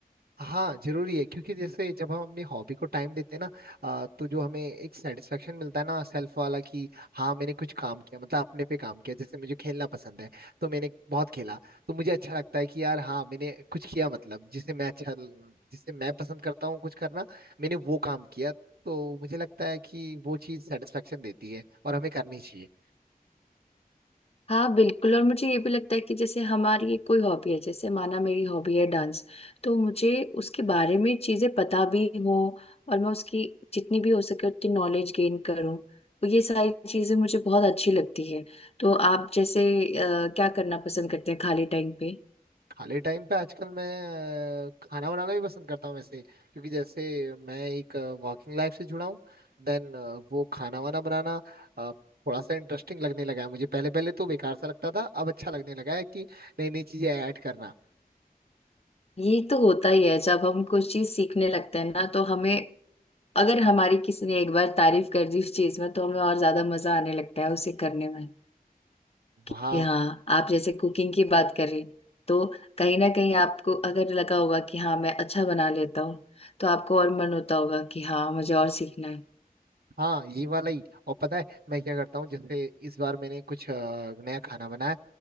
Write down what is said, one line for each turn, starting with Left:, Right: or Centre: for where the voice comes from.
Right: हाँ जरूरी है क्योंकि जैसे जब हम अपनी हॉबी को टाइम देते हैं ना आ, तो जो हमें एक सेटिस्फेक्शन मिलता है ना सेल्फ वाला कि हाँ मैंने कुछ काम किया मतलब अपने पे काम किया जैसे मुझे खेलना पसंद है तो मैंने बहुत खेला तो मुझे अच्छा लगता है कि यार हाँ मैंने कुछ किया मतलब जिसे मैं अच्छा जिसे मैं पसंद करता हूँ कुछ करना मैंने वो काम किया तो मुझे लगता है कि वो चीज़ सेटिस्फेक्शन देती है और हमें करनी चाहिए
Left: हाँ बिल्कुल और मुझे ये भी लगता है कि जैसे हमारी ये कोई हॉबी है जैसे माना मेरी हॉबी है डांस तो मुझे उसके बारे में चीजें पता भी हो और मैं उसकी जितनी भी हो सके उतनी नॉलेज गेन करूँ तो ये सारी चीजें मुझे बहुत अच्छी लगती है तो आप जैसे अ, क्या करना पसंद करते हैं खाली टाइम पे
Right: खाली टाइम पे आजकल मैं अ, खाना बनाना भी पसंद करता हूँ वैसे क्योंकि जैसे मैं एक वर्किंग लाइफ से जुड़ा हूँ देन वो खाना वाना बनाना अ, थोड़ा सा इंटरेस्टिंग लगने लगा है मुझे पहले पहले तो बेकार सा लगता था अब अच्छा लगने लगा है कि नई नई चीजें ऐड करना
Left: ये तो होता ही है जब हम कुछ चीज सीखने लगते हैं ना तो हमें अगर हमारी किसी ने एक बार तारीफ कर दी उस चीज में तो हमें और ज्यादा मजा आने लगता है उसे करने में कि
Right: हाँ
Left: हाँ आप जैसे कुकिंग की बात करें तो कहीं ना कहीं आपको अगर लगा होगा कि हाँ मैं अच्छा बना लेता हूँ तो आपको और मन होता होगा कि हाँ मुझे और सीखना है
Right: हाँ ये वाला ही और पता है मैं क्या करता हूँ जैसे इस बार मैंने कुछ अ, नया खाना बनाया